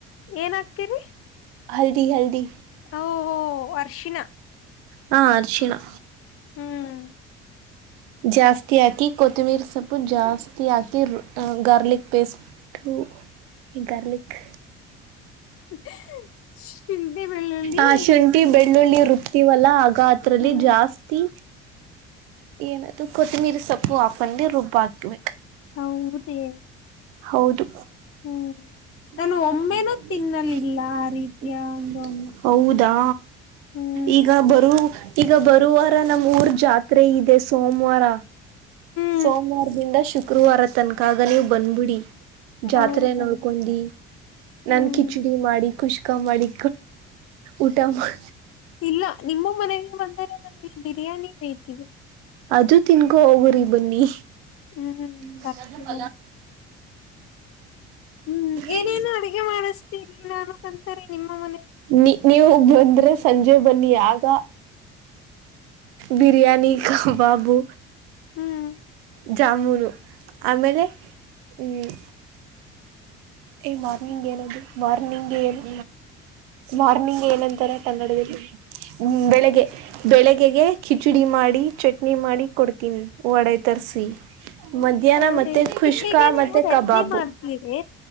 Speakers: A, on the left; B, on the right.
A: ಏನಾಗ್ತಿರಿ
B: ಹಲ್ದಿ ಹಲ್ದಿ
A: ಓಹೋ ಅರ್ಶಿನ
B: ಹಾ ಅರ್ಶಿನಾ
A: ಹ್ಮ್
B: ಜಾಸ್ತಿ ಹಾಕಿ ಕೊತ್ತಂಬಿರಿ ಸೊಪ್ಪು ಜಾಸ್ತಿ ಹಾಕಿ ಗಾರ್ಲಿಕ್ ಪೇಸ್ಟ್ ತ ಈ ಗಾರ್ಲಿಕ್
A: <inaudible> ಬೆಳ್ಳುಳ್ಳಿ
B: ಆ ಶುಂಠಿ ಬೆಳ್ಳುಳ್ಳಿ ರುಬ್ಕ್ತೀವಲ್ಲ ಆಗ ಅತ್ರರಲ್ಲಿ
A: ಹ್ಮ್
B: ಜಾಸ್ತಿ ಏನದು ಕೊತ್ತಂಬಿರಿ ಸೊಪ್ಪು ಹಾಕೊಂಡೆ ರುಬ್ಬ ಹಾಕ್ಬೇಕ
A: ಹೌದೇ
B: ಹೌದು
A: ಹ್ಮ್
B: ನಾನು ಒನೂ
A: ಒಮ್ಮೆನೂ
B: ತಿಂಲ್ಲ
A: ತಿನ್ನಲಿಲ್ಲ
B: ರ
A: ಆ ರೀತಿಯ ಒಂದು ಅನ್ನ
B: ಹೌದಾ
A: ಹ್ಮ್
B: ಈಗ ಬರುವ ಈಗ ಬರುವಾರ ನಮ ಊರ್ ಜಾತ್ರೆ ಇದೆ ಸೋಮವಾರ
A: ಹ್ಮ್
B: ಸೋಮವಾರದಿಂದ ಶುಕ್ರವಾರ ತನಕಾಗ ನೀವು ಬಂದ್ಬಿಡಿ ಜಾತ್ರೆ
A: ಹೌದಾ
B: ನೋಡ್ಕೊಂಡಿ
A: ಹ್ಮ್
B: ನನ್ ಕಿಚಡಿ ಮಾಡಿ ಕುಷ್ಕಾ ಮಾಡಿ ಊಟ ಮಾಡ
A: ಇಲ್ಲ ನಿಮ್ಮ ಮನೆಗೆ ಬಂದರೆ ನನಗೆ ಬಿರಿಯಾನಿ ಬೇಕಿದೆ
B: ಅದು ತಿನ್ಕೊ ಹೋಗುರಿ ಬನ್ನಿ
A: ಹ್ಮ್
B: ಹ್ಮ್ಲ್ಮ
A: ಬರ್ತೀನಿ ಹ್ಮ್ ಏನೇನು
B: ಏನ
A: ಅಡಗೆ ಮಾಡಿಸ್ತೀರಿ ನಾನು ಅಂತಾರೆ ನಿಮ್ಮ ಮನೆಯಲ್ಲಿ
B: ನೀ ನೀವು ಬಂದ್ರೆ ಸಂಜೆ ಬನ್ನಿ ಆಾಗ ಬಿರಿಯಾನಿ ಬಾಬು
A: ಹ್ಮ್
B: ಜಾಮೂರು ಆಮೇಲೆ ಹ್ಮ್ ಏ ಮಾರ್ನಿಂಗ್ ಏನದು ಮಾರ್ನಿಂಗ್ ಏನು ಮಾರ್ನಿಂಗ್ ಏನಂತ ರ ಕನ್ನಡದಲ್ಲಿ ಬೆಳಿಗ್ಗೆ ಬೆಳಿಗ್ಗೆ ಕಿಚಡಿ ಮಾಡಿ ಚಟ್ನಿ ಮಾಡಿ ಕೊಡ್ತೀನಿ ವಡೆ ತಸಿ ಮಧ್ಯಾಹ್ನ
A: ಹೌದೇ
B: ಮತ್ತೆ ಕುಷ್ಕಾ
A: ಕಿಚೆಗೆ ನೀವು
B: ಮತ್ತೆ
A: ಚಟ್ನಿ
B: ಕಬಾಬು
A: ಮಾಡ್ತೀರಿ